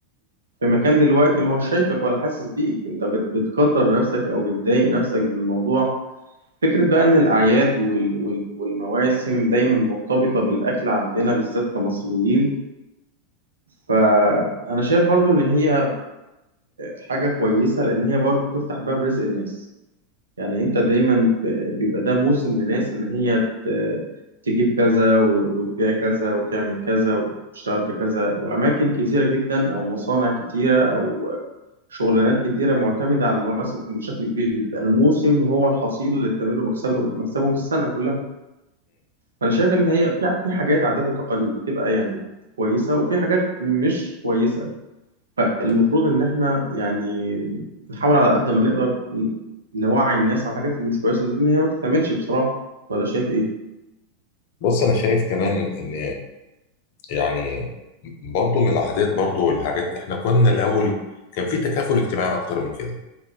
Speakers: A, on the right; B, on the left.
A: في مكان دلوقتي ما هو شايفك ولا حاسس بيك أنت بت بتقدر نفسك أو بتضايق نفسك بالموضوع فكرة بقى إن الأعياد وال وال والمواسم دايما مرتبطة بالأكل عندنا بالذات كمصريين فأنا شايف برضو إن هي حاجة كويسة لأن هي برضو بتفتح باب رزق الناس يعني انت دايما في بيبقى ده موسم لناس ان هي ت- تجيب كذا و- وتبيع كذا وتعمل كذا وتشتغل في كذا واماكن كتيره جدا او مصانع كتيره او شغلانات كتيره معتمده على المواسم بشكل كبير بيبقى الموسم هو الحصيله اللي بتعمله مكسبه مكسبه في السنه كلها فانا شايف ان هي في في حاجات عادات وتقاليد بتبقى يعني كويسه وفي حاجات مش كويسه فالمفروض ان احنا يعني نحاول على قد ما نقدر ن- نوعي الناس على الحاجات اللي مش كويسه دي ان هي ما تتعملش بصراحه ولا شايف ايه
B: بص أنا شايف كمان إن يعني برضو من العادات برضو والحاجات احنا كنا الاول كان في تكافل اجتماعي اكتر من كده